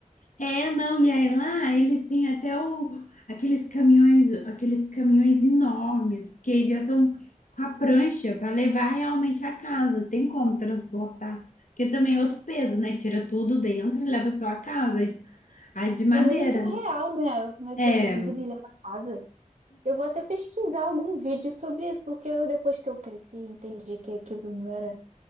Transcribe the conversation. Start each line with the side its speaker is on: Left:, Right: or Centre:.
Left: É, não, e aí lá eles têm até o, aqueles caminhões, aqueles caminhões enormes, porque já são com a prancha para levar realmente a casa, tem como transportar, porque também é outro peso, né? Tira tudo dentro e leva só a casa, a de madeira,
Right: É meio surreal,
Left: né?
Right: né? Como é que
Left: É,
Right: você muda e leva a casa? Eu vou até pesquisar algum vídeo sobre isso, porque eu, depois que eu cresci, entendi que aquilo não era.